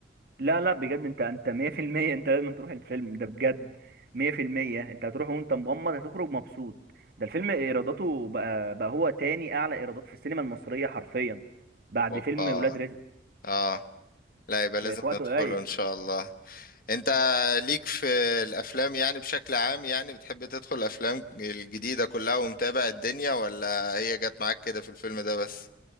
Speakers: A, on the right; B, on the left.
A: لا لا بجد انت انت 100% انت لازم تروح الفيلم ده بجد 100% انت هتروح وانت مغمض هتخرج مبسوط ده الفيلم ايراداته بقى بقى هو تاني اعلى ايرادات في السينما المصرية حرفيا بعد
B: اوبا
A: فيلم ولاد رزق
B: اه لا يبقى
A: في,
B: لازم
A: في وقت
B: ندخله
A: قليل
B: ان شاء الله انت ليك في الافلام يعني بشكل عام يعني بتحب تدخل الافلام الجديدة كلها ومتابع الدنيا ولا هي جت معاك كده في الفيلم ده بس